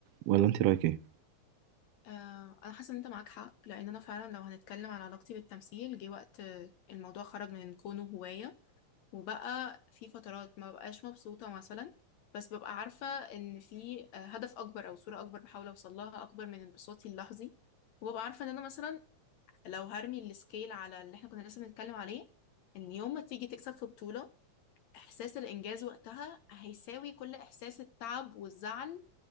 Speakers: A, on the right; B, on the left.
A: ولا انت رايك ايه
B: آه انا حاسه ان انت معاك حق لان انا فعلا لو هنتكلم على علاقتي بالتمثيل جه وقت آه، الموضوع خرج من كونه هوايه وبقى في فترات ما بقاش مبسوطه مثلا بس ببقى عارفه ان في آه، هدف اكبر او صوره اكبر بحاول اوصل لها اكبر من انبساطي اللحظي وببقى عارفه ان انا مثلا لو هرمي السكيل على اللي احنا كنا لسه بنتكلم عليه ان يوم ما تيجي تكسب في بطوله احساس الانجاز وقتها هيساوي كل احساس التعب والزعل